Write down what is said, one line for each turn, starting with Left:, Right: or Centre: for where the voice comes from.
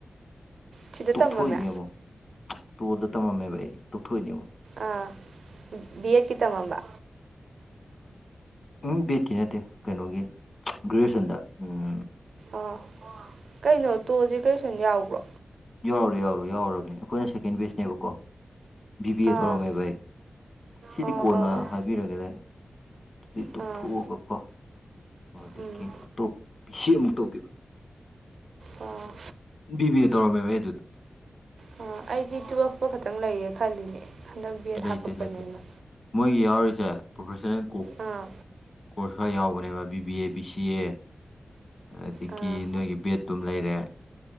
Right: ꯁꯤꯗ
Left: ꯇꯣꯛꯊꯣꯛꯏꯅꯦ
Right: ꯇꯝꯃꯝꯃꯦ
Left: ꯑꯃꯨꯛ ꯇꯣꯜꯗ ꯇꯝꯃꯝꯃꯦꯕ ꯑꯩ ꯇꯣꯛꯊꯣꯛꯏꯅꯦ ꯑꯃꯨꯛ
Right: ꯑꯥ ꯕꯤꯌꯦꯠꯀꯤ ꯇꯝꯃꯝꯕ
Left: ꯎꯝ ꯕꯤꯌꯦꯠꯀꯤ ꯅꯠꯇꯦ ꯀꯩꯅꯣꯒꯤ ꯒ꯭ꯔꯦꯖꯨꯑꯦꯁꯟꯗ ꯎꯝ
Right: ꯑꯥ ꯀꯩꯅꯣ ꯇꯣꯜꯁꯦ ꯒ꯭ꯔꯦꯖꯨꯑꯦꯁꯟ ꯌꯥꯎꯕ꯭ꯔꯣ
Left: ꯌꯥꯎꯔꯦ ꯌꯥꯎꯔꯦ ꯌꯥꯎꯔꯕꯅꯦ ꯑꯩꯈꯣꯏꯅ ꯁꯦꯀꯦꯟ ꯕꯦꯖꯅꯦꯕꯀꯣ ꯕꯤꯕꯤ ꯑꯦ
Right: ꯑꯥ
Left: ꯇꯧꯔꯝꯃꯦꯕ ꯑꯩ ꯁꯤꯗꯤ
Right: ꯑꯣ
Left: ꯀꯣꯟꯅ
Right: ꯑꯣ ꯑꯣ
Left: ꯍꯥꯏꯕ ꯕꯤꯔꯒꯦꯗ ꯑꯗꯨꯗꯤ ꯇꯣꯛꯊꯣꯛꯑꯒ
Right: ꯑꯥ
Left: ꯀꯣ ꯑꯗꯒꯤ
Right: ꯎꯝ
Left: ꯑꯇꯣꯞꯄ ꯕꯤ ꯁꯤ ꯑꯃꯨꯛ ꯇꯧꯈꯤꯕ
Right: ꯑꯣꯥ
Left: ꯕꯤ ꯕꯤ ꯑꯦ ꯇꯧꯔꯝꯃꯦꯕ ꯑꯩ ꯑꯗꯨꯗ
Right: ꯑ ꯑꯩꯗꯤ ꯇꯨꯋꯦꯜꯐ ꯐꯥꯎ ꯈꯛꯇꯪ ꯂꯩꯌꯦ ꯈꯜꯂꯤꯅꯦ ꯍꯟꯗꯛ ꯕꯤ ꯑꯦꯗ
Left: ꯂꯩꯇꯦ
Right: ꯍꯥꯞꯄꯛꯄꯅꯦꯅ
Left: ꯂꯩꯇꯦ ꯃꯣꯏꯒꯤ ꯌꯥꯎꯔꯤꯁꯦ ꯄ꯭ꯔꯣꯐꯦꯁꯟꯅꯜ ꯀꯣ
Right: ꯑꯥ
Left: ꯀꯣꯔꯁ ꯈꯔ ꯌꯥꯎꯕꯅꯦꯕ B B A B C A ꯑꯗꯒꯤ
Right: ꯑꯥ
Left: ꯅꯣꯏꯒꯤ ꯕꯦꯠ ꯑꯗꯨꯝ ꯂꯩꯔꯦ